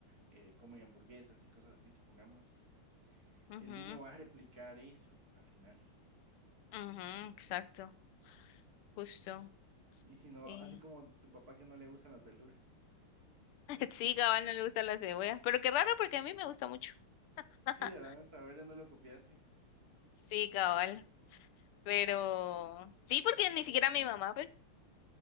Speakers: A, on the right; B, on the left.
A: eh, come hamburguesas y cosas así, supongamos,
B: Ujú,
A: el niño va a replicar eso al final.
B: ujú, exacto. Justo.
A: Y si no,
B: Eh,
A: así como tu papá que no le gustan las verduras.
B: <laughs> Sí, cabal, no le gusta la cebolla. Pero qué raro porque a mí me gusta mucho.
A: Sí,
B: <laughs>
A: ¿verdad? Saberle no lo copiaste.
B: Sí, cabal. Pero sí, porque ni siquiera a mi mamá, pues.